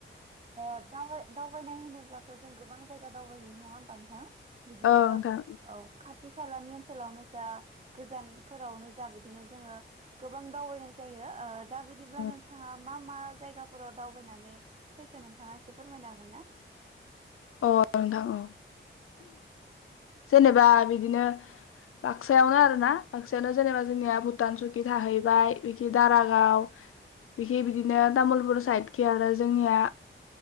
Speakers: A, on the right; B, on the left.
A: ओ दावबाय-दावबायनाय होनोब्लाथ' जों गोबां जायगा दावबाय हैयो नङा होमबा नोंथां? बिदिनो
B: औ
A: औ
B: नोंथां
A: खाथि-खालानि ओनसोलावनो जा गोजानफोरावनो जा बिदिनो जोङो गोबां दावबायनाय जायो ओ दा बिदिब्ला
B: अ
A: नोंथाङा मा मा जायगाफोराव दावबायनानै फैखो नोंथाङा एसे फोरमायनो हागोन ना?
B: अ नोंथां औ।
A: औ
B: जेनेबा बिदिनो बाक्सायावनो आरो ना बाक्सायावनो जेनेबा जोंनिया भुटान, सुकि थाहैबाय बिखि दारागाव बिखि बिदिनो तामलपुर साइडखि आरो जोंनिया